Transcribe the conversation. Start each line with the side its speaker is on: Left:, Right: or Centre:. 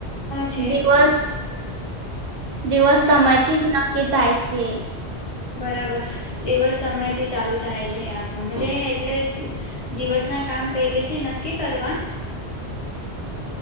Left: છે.
Right: દિવસ દિવસ
Left: હા
Right: સમય થી જ નક્કી થાય છે.
Left: બરાબર, દિવસ સમયથી ચાલુ થાય છે આપનું એટલે દિવસ ના કામ પેલે થી નક્કી કરવા.